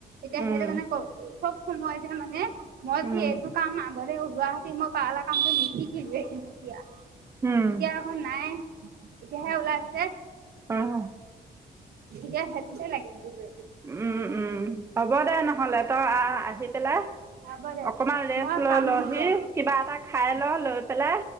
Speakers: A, on the right; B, on the right.
A: এতিয়া
B: উম
A: সেইটো কাৰণে চব সময়তে মানে মই
B: উম
A: কি এইটো কাম আগতে ওলোৱা তে মই পালৰ কামটো নিশিকিলোৱেই। তিয়া। তেতিয়া
B: উম
A: এখন নাই, এতিয়াহে ওলাইছে।
B: অ'।
A: গতিকে হেইটোতে লাগি <unintelligible>
B: উম, উম। হ'ব দে নহ'লে, তই আহ, আহি পেলাই
A: হ'ব দে
B: অকমান ৰেষ্ট
A: মই
B: লৈ
A: পাম
B: লহি,
A: এতিয়া
B: কিবা এটা খাই ল লৈ পেলাই